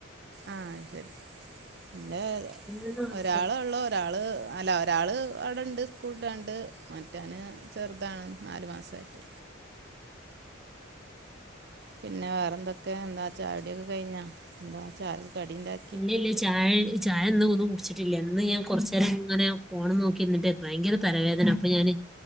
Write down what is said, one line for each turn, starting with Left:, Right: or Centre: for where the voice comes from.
Right: ആഹ് അയ് ശെരി ഇന്റെ
Centre: പതിനൊന്ന് മാസായി
Right: ഒരാളോളു ഒരാൾ അല്ല ഒരാൾ അവിടെ ഉണ്ട് സ്കൂൾ വിട്ടാണ്ട് മറ്റൊന് ചെറുതാണ് നാല് മാസമായിട്ട് പിന്നെ വേറെ എന്തൊക്കെ എന്താ ചായോടിയൊക്കെ കഴിഞ്ഞോ എന്താ ചായ കടി ഉണ്ടാക്കിയെ
Centre: ഇല്ലില്ല ചായ ചായ ഒന്നും ഒന്നും കുടിച്ചിട്ടില്ല എന്ന് ഞാൻ കുറച്ച നേരം ഇങ്ങനെ പോണ് നോക്കിട്ട് ഭയങ്കര തലവേദന അപ്പൊ ഞാന്